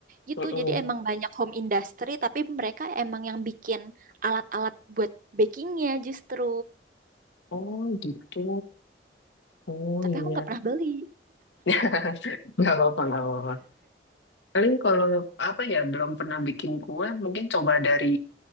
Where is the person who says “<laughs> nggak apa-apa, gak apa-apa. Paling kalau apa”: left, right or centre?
Left